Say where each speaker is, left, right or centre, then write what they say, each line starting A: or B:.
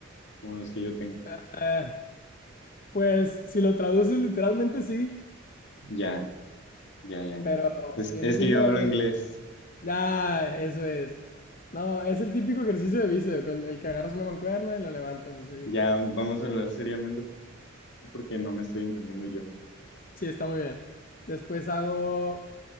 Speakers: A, on the left; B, on the left.
A: como los que yo tengo.
B: ah, ah, pues si lo traduces literalmente sí,
A: Ya, ya, ya.
B: pero
A: Es,
B: viene
A: es
B: siendo
A: que yo hablo
B: el...
A: inglés.
B: Ya, eso es. No, es el típico ejercicio de bíceps, el, el que agarras una mancuerna y la levantas así.
A: Ya vamos a hablar seriamente porque no me estoy entendiendo yo.
B: Sí, está muy bien. Después hago